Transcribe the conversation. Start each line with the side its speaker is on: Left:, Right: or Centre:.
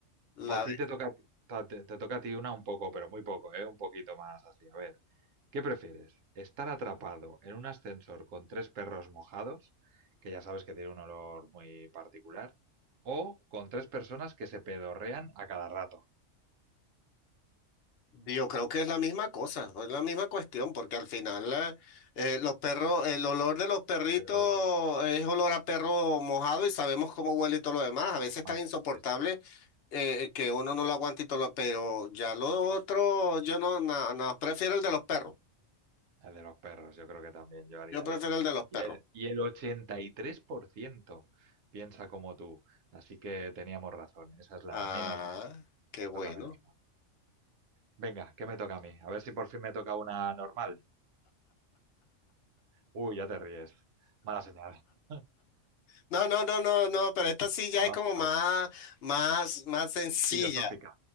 Left: la-
Right: por fin te toca, ta- te, te toca a ti una un poco, pero muy poco, ¿eh? Un poquito más así. A ver, ¿qué prefieres? ¿Estar atrapado en un ascensor con tres perros mojados, que ya sabes que tiene un olor muy particular, o con tres personas que se pedorrean a cada rato?
Left: Yo creo que es la misma cosa, es la misma cuestión, porque al final eh, eh, los perros, el olor de los perritos
Right: Pero olor
Left: es olor a perro mojado y sabemos cómo huele y todo lo demás. A veces
Right: mal,
Left: tan insoportable
Right: sí,
Left: eh, que uno no lo aguanta y todo lo... Pero ya lo otro, yo no, no, no, prefiero el de los perros.
Right: El de los perros, yo creo que también yo haría
Left: Yo prefiero
Right: ese.
Left: el de los perros.
Right: Y el, y el 83% piensa como tú. Así que teníamos razón. Esa es la
Left: Ah,
Right: menos mala.
Left: qué bueno.
Right: Esa es la menos mala. Venga, ¿qué me toca a mí? A ver si por fin me toca una normal. Uy, ya te ríes. Mala señal. <laughs>
Left: No, no, no, no, no, pero esta sí ya
Right: No,
Left: es como
Right: vale.
Left: más, más, más sencilla.
Right: Filosófica.